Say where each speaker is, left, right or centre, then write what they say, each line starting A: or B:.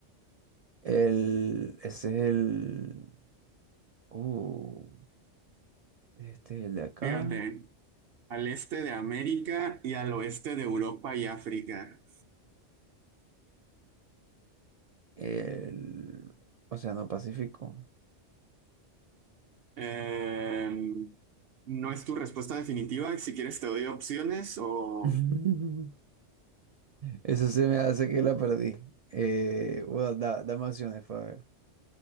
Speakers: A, on the right; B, on the right.
A: el, ese es el... Uh, este es el
B: <laughs>
A: de acá.
B: Fíjate. Al este de América y al oeste de Europa y África.
A: El Océano Pacífico.
B: Eh, no es tu respuesta definitiva. Si quieres te doy opciones o...
A: <laughs> Eso se me hace que la perdí. Eh, bueno, da, dame opciones, para ver.